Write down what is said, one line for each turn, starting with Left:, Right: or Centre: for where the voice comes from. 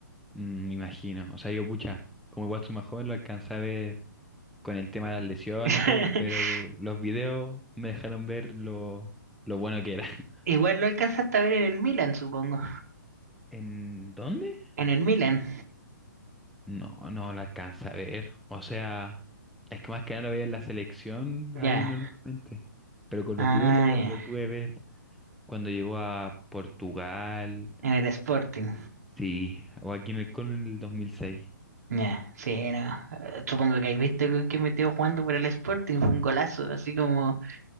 Centre: Mm, me imagino. O sea, yo, pucha, como igual soy más joven, lo alcancé a ver con el tema de las lesiones
Right: <laughs>
Centre: y todo, pero los videos me dejaron ver lo, lo bueno que era. <laughs>
Right: Igual lo alcanzaste a ver en el Milan, supongo.
Centre: ¿En dónde?
Right: En el Milan.
Centre: No, no la alcanza a ver. O sea, es que más que nada lo veía en la selección ahí
Right: Ya.
Centre: normalmente. Pero con
Right: Ah,
Centre: los videos lo,
Right: ya.
Centre: lo pude ver cuando llegó a Portugal.
Right: En el Sporting.
Centre: Sí, o aquí en el CON en el dos mil seis
Right: Ya, sí, no. Eh, Supongo que habéis visto el gol que metió jugando por el Sporting. Fue un golazo, así como